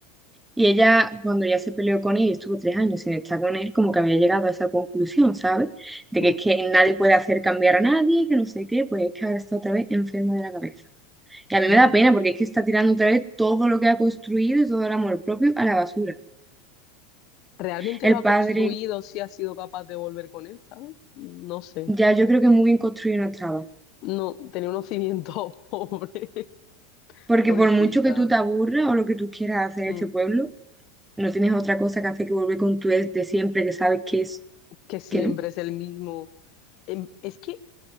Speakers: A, in the centre; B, on the left.
A: Y ella, cuando ya se peleó con él y estuvo tres años sin estar con él, como que había llegado a esa conclusión, ¿sabes? De
B: Mm,
A: que es que nadie puede hacer cambiar a nadie, que no sé qué, pues es que ahora está otra vez enferma de la cabeza. Y a mí
B: ya.
A: me da pena porque es que está tirando otra vez todo lo que ha construido y todo el amor propio a la basura.
B: ¿Realmente
A: El
B: lo ha
A: padre,
B: construido si ha sido capaz de volver con él, ¿sabes? No sé.
A: ya yo creo que muy bien construido no estaba.
B: No, tenía unos cimientos <laughs> pobres,
A: Porque
B: pobrecita.
A: por mucho que tú te aburras o lo que tú quieras hacer
B: Mm.
A: en este pueblo, No tienes otra cosa que hacer que volver con tu ex de siempre que sabes que es
B: Que siempre
A: que no.
B: es el mismo. Em, Es que